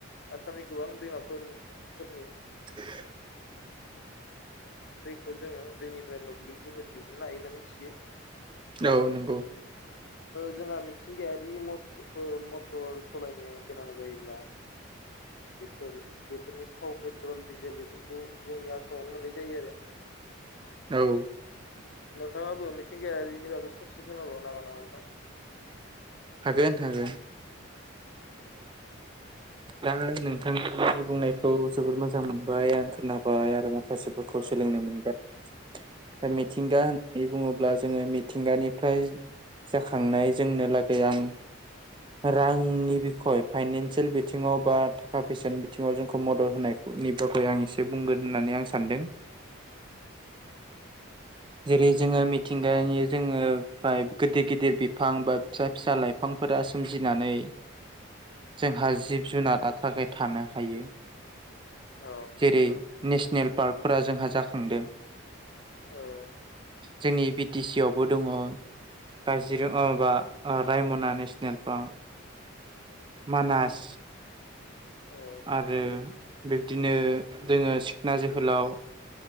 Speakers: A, on the left; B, on the right.
A: आसाम गोबां दैमाफोर फोरनि
B: <inaudible>
A: दैखौ जोंङो दैनिफ्राय मोब्लिब गोहो दिहुननो हायो होन्ना मिथियो
B: औ नंगौ
A: जोंहा मिथिंगायारि मटर सलायनो गोनां जायोब्ला बेफोर बेफोरनि थाव पेट्रल डिजेल बेफोरखौ जोंनि आसामावनो मोननाय जायो आरो <inaudible>
B: औ
A: नोंथांङाबो मिथिंगायारिनि बागै ससे फोरमायबावनो हागोन नामा नोंथां
B: हागोन हागोन दा नोंथांनि बुंनायखौ जोबोद मोजां मोनबाय आं खोनाबाय आरोबाव मासेफोरखौ
A: औ
B: सोलोंनो मोनबाय
A: औ
B: दा मिथिंगा होननानै बुंङोब्ला अब्ला जोङो मिथिंगानिफ्राय जाखांनाय जोंनो लागै आं रांनि बिखय फाइनान्सियेल बि थिङाव बा थाखा फैसानि बिथिंङाव जोंखौ मदद होनायनि बागै नि आं एसे बुंगोन होननानै आं सानदों
A: <inaudible> <inaudible>
B: जेरै जोंङो मिथिंगानि जोंङो फाय गिदिर गिदिर बिफां बा फिसा फिसा लाइफांफोरा दा सोमजिनानै
A: <inaudible>
B: जोंहा जिब-जुनार थाखाय थानो हायो
A: औ
B: जेरै नेसनेल पार्कफोरा जोंहा जाखांदों
A: औ
B: जोंनि बि टि सि आवबो दङ काजिरङाब अ माबा रायमना नेसनेल पार्क मानास
A: औ
B: आरो बिब्दिनो जोङो सिखना जोहोलाव